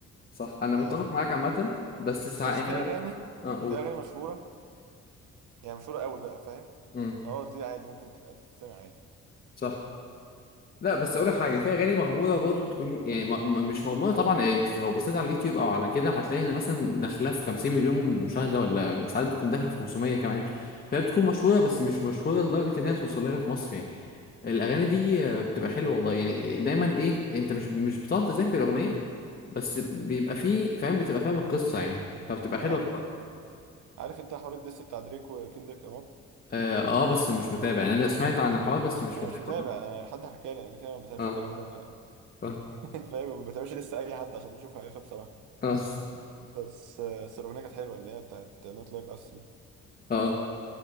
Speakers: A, on the left (about 30°); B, on the right (about 80°).
A: صح انا متفق
B: فكنت
A: معاك عامه بس ساعات
B: بس في
A: يعني
B: اغاني
A: انا اه اقول
B: في اغاني مشهوره يعني مشهوره قوي بقى فاهم
A: امم
B: خلاص دي عادي ممكن تت- تتسمع عادي
A: صح لا بس اقول لك
B: بس
A: حاجه في اغاني مغموضه برضه بتكون يعني م م مش مغموضه طبعا يعني انت لو بصيت على اليوتيوب او على كده هتلاقي ان مثلا داخله في 50 مليون مشاهده ولا ساعات بتكون داخله في 500 كمان فهي بتكون مشهوره بس مش مشهوره لدرجه ان هي توصل لنا في مصر يعني الاغاني دي آه، بتبقى حلوه والله يعني دايما ايه انت مش مش بتقعد تذاكر الاغنيه بس بيبقى فيه فاهم بتبقى فاهم القصه يعني فبتبقى حلوه
B: ايوه
A: بصراحه
B: ايوه عارف انت حوار الدس بتاع دريك وكندريك لامار
A: اه, آه بس مش متابع يعني انا سمعت عن الحوار بس مش
B: انا
A: متابع
B: مش متابع انا حد حكى لي انا كده كده ما بتابعش
A: اه
B: الكلام ده أنا
A: اه
B: <laughs> فاهم ما بتابعش لسه اي حد عشان بشوف هيفا بصراحه
A: اه,
B: بس بس الاغنيه كانت حلوه اللي هي بتاعت نوت لايك اس
A: <laughs> آه.